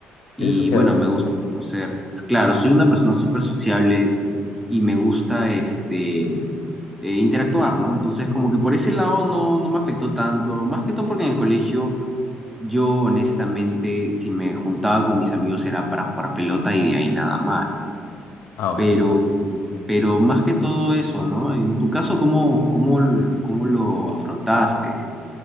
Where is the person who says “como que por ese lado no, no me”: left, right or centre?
Centre